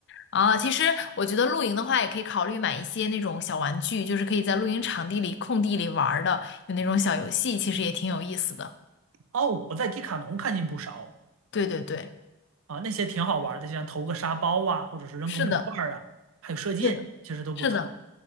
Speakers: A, on the left (about 50°); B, on the right (about 70°).
A: 啊，其实我觉得露营的话，也可以考虑买一些那种小玩具，就是可以在露营场地里、空地里玩儿的，有那种小游戏，其实也挺有意思的。
B: 哦，我在迪卡侬看见不少
A: 对对对，
B: 啊，那些挺好玩的，像投个沙包啊，或者是扔个木块儿啊，
A: 是的，
B: 还有射箭，
A: 是的，
B: 其实都不错
A: 是的，